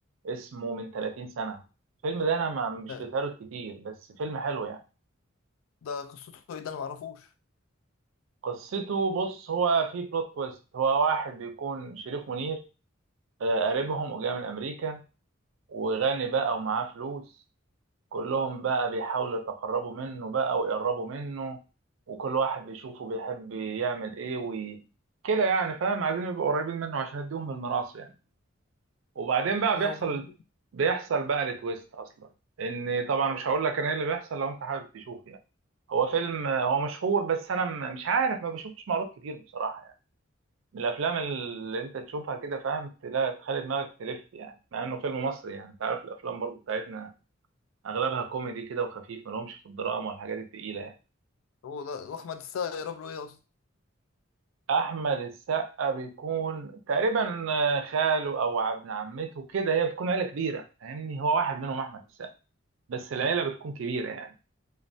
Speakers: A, on the right (about 75°); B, on the left (about 85°).
A: اسمه من 30 سنة الفيلم ده أنا ما مش
B: ده,
A: بتهرج كتير بس فيلم حلو يعني
B: ده قصته ايه ده انا معرفوش
A: قصته بص هو فيه بلوت تويست هو واحد بيكون شريف منير آه، قريبهم وجاي من أمريكا وغني بقى ومعاه فلوس كلهم بقى بيحاولوا يتقربوا منه بقى ويقربوا منه وكل واحد بيشوفه بيحب يعمل ايه وي... كده يعني فاهم عايزين يبقوا قريبين منه عشان يديهم من الميراث يعني وبعدين بقى
B: ايه
A: بيحصل
B: هو حبيبي
A: بيحصل بقى التويست اصلا ان طبعا مش هقول لك انا ايه اللي بيحصل لو انت حابب تشوف يعني هو فيلم هو مشهور بس انا م- مش عارف ما بشوفش معروض كتير بصراحة يعني من الافلام اللي انت تشوفها كده فاهم تلاقي تخلي دماغك تلف يعني مع انه فيلم مصري يعني انت عارف الافلام برضو بتاعتنا اغلبها كوميدي كده وخفيف ملهمش في الدراما والحاجات التقيله يعني
B: هو ده واحمد السقا يقرب له ايه اصلا
A: احمد السقا بيكون تقريبا آه، خاله او ابن عمته كده هي بتكون عيله كبيره فاهمني هو واحد منهم احمد السقا بس العيله بتكون كبيره يعني